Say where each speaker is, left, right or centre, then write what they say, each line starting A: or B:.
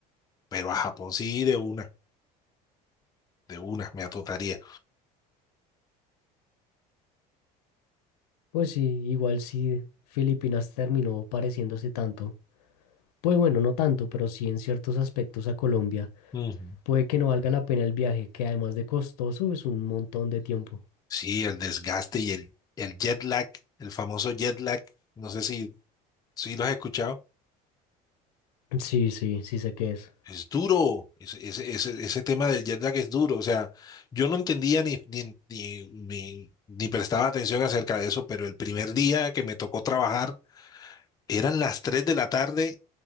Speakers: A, on the left; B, on the left.
A: Pero a Japón sí, de una, de una, me atotaría.
B: Pues sí, igual sí, Filipinas terminó pareciéndose tanto. Pues bueno, no tanto, pero sí en ciertos aspectos a Colombia.
A: Ujú.
B: puede que no valga la pena el viaje, que además de costoso es un montón de tiempo.
A: Sí, el desgaste y el, el jet lag, el famoso jet lag, no sé si, si lo has escuchado,
B: Sí, sí, sí sé qué es.
A: es duro, ese, ese, ese, ese tema del jet lag es duro, o sea, yo no entendía ni, ni, ni, ni, ni prestaba atención acerca de eso, pero el primer día que me tocó trabajar eran las 3 de la tarde